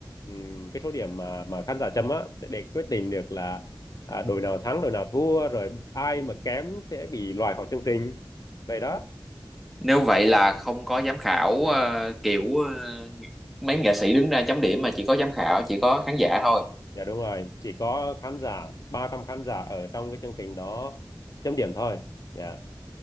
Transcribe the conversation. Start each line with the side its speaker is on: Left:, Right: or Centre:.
Left: ừm, cái số điểm mà mà khán giả chấm á sẽ để quyết định được là à, đội nào thắng đội nào thua rồi ai mà kém sẽ bị loại khỏi chương trình vậy đó
Centre: nếu vậy là không có giám khảo ờ, kiểu ờ, mấy nghệ sĩ đứng ra chấm điểm mà chỉ có giám khảo chỉ có khán giả thôi
Left: dạ đúng rồi chỉ có khán giả 300 khán giả ở trong cái chương trình đó chấm điểm thôi dạ